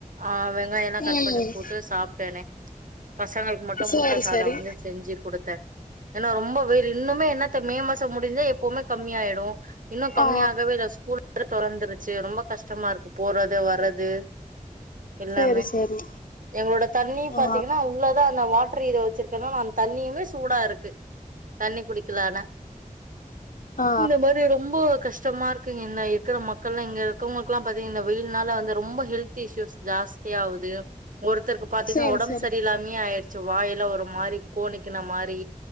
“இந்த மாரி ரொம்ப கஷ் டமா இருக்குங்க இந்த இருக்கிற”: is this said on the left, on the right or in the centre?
Right